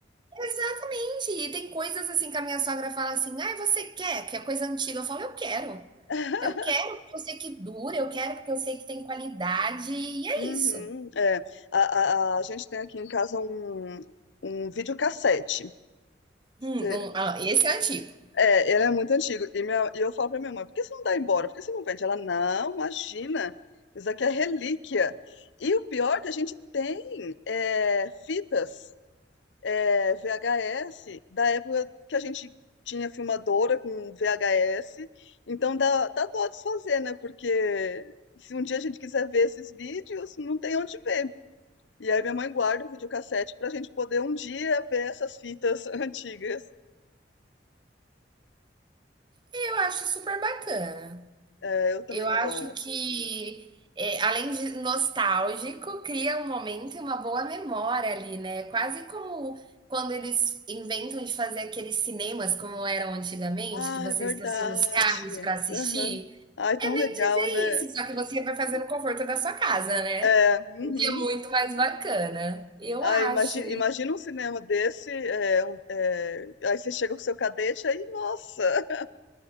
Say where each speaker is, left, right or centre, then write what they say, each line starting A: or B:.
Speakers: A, on the right; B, on the left.
A: Exatamente, e tem coisas assim que a minha sogra fala assim: ai, você quer? Que é coisa antiga. Eu falo, eu quero.
B: <laughs>
A: Eu quero porque eu sei que dura, eu quero porque eu sei que tem qualidade, e é
B: Uhum,
A: isso.
B: é. A, a, a gente tem aqui em casa um, um videocassete.
A: Hum,
B: É,
A: um, ah, esse é antigo.
B: é, ele é muito antigo. E, minha, e eu falo pra minha mãe, por que você não dá embora? Por que você não vende? Ela, não, imagina, isso aqui é relíquia. E o pior é que a gente tem é, fitas é, VHS da época que a gente tinha filmadora com VHS. Então dá, dá dó desfazer, né? Porque se um dia a gente quiser ver esses vídeos, não tem onde ver. E aí minha mãe guarda o videocassete pra gente poder um dia ver essas fitas <laughs> antigas.
A: E eu acho super bacana.
B: É, eu também
A: Eu acho
B: gosto.
A: que, é, além de nostálgico, cria um momento e uma boa memória ali, né? Quase como quando eles inventam de fazer aqueles cinemas como eram antigamente,
B: Ah,
A: que você
B: é verdade.
A: estaciona os carros para assistir.
B: Aham. Ai, tão
A: É bem
B: legal,
A: dizer
B: né?
A: isso, só que você vai fazer no conforto da sua casa, né?
B: É, uhum.
A: O que é muito mais bacana, eu
B: Ai,
A: acho.
B: imagina, imagina um cinema desse, é, um- é, aí você chega com seu cadete, aí, nossa,